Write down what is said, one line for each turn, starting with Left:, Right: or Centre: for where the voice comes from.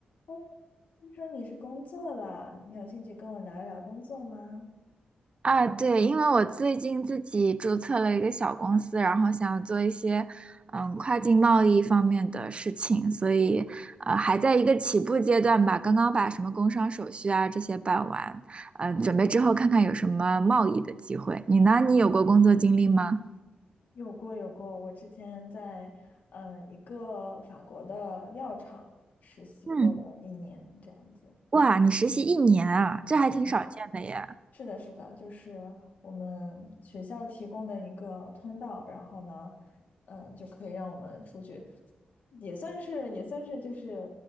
Left: 哦，听说你是工作了，你有兴趣跟我聊一聊工作吗？
Right: 啊，对，因为我最近自己注册了一个小公司，然后想要做一些嗯跨境贸易方面的事情，所以呃还在一个起步阶段吧，刚刚把什么工商手续啊这些办完，嗯、准备之后看看有什么贸易的机会。你呢？你有过工作经历吗？
Left: 有过有过，我之前在嗯一个法国的药厂实习过了一年，
Right: 嗯，
Left: 这样子。
Right: 哇，你实习一年啊，这还挺少见的耶。
Left: 嗯，是的，是的，就是我们学校提供的一个通道，然后呢，嗯，就可以让我们出去，也算是也算是就是